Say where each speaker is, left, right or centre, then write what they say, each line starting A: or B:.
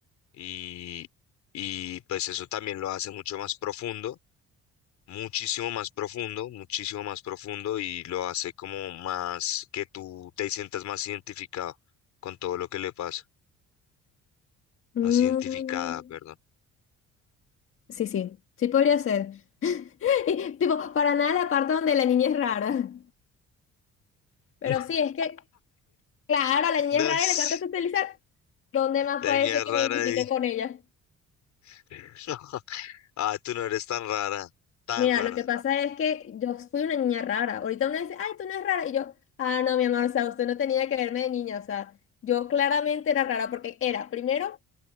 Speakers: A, on the left; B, on the left.
A: y, y pues eso también lo hace mucho más profundo. muchísimo más profundo, muchísimo más profundo y lo hace como más que tú te sientas más identificado con todo lo que le pasa,
B: Mm,
A: más identificada, perdón.
B: sí, sí, sí podría ser. <laughs> Y, tipo, para nada la parte donde la niña es rara. <laughs> Pero
A: <laughs>
B: sí, es que, claro, la niña
A: Das,
B: es rara y le encanta socializar. ¿Dónde más
A: la
B: puede
A: niña
B: ser
A: es
B: que
A: rara
B: me identifique
A: ahí.
B: con ella?
A: <laughs> Ah, tú no eres tan rara, tan
B: Mira,
A: rara.
B: lo que pasa es que yo fui una niña rara. Ahorita uno dice, ay, tú no eres rara. Y yo, ah, no, mi amor, o sea, usted no tenía que verme de niña. O sea, yo claramente era rara porque era, primero,